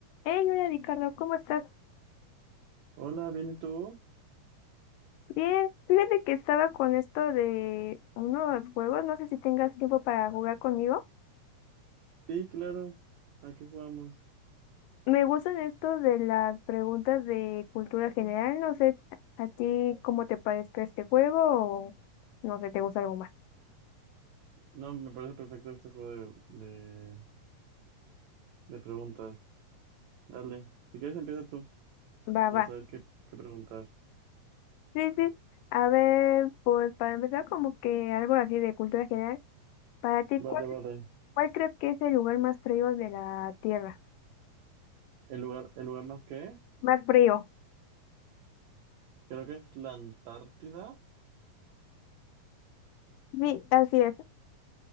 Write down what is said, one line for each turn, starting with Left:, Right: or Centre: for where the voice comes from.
Left: Hey, hola Ricardo, ¿cómo estás?
Right: Hola, ¿bien y tú?
Left: Bien, fíjate que estaba con esto de unos juegos, no sé si tengas tiempo para jugar conmigo.
Right: Sí, claro. Aquí jugamos.
Left: Me gustan estos de las preguntas de cultura general, no sé a ti cómo te parezca este juego o no sé, te gusta algo más.
Right: No, me parece perfecto este juego de, de, de preguntas. Dale. Si quieres empieza tú
Left: Va,
Right: para
Left: va.
Right: saber qué, qué preguntar.
Left: Sí, sí. A ver, pues para empezar como que algo así de cultura general. Para ti,
Right: Vale,
Left: ¿cuál,
Right: vale.
Left: cuál crees que es el lugar más frío de la Tierra?
Right: ¿El lugar, el lugar más que?
Left: Más frío.
Right: Creo que es la Antártida.
Left: Sí, así es.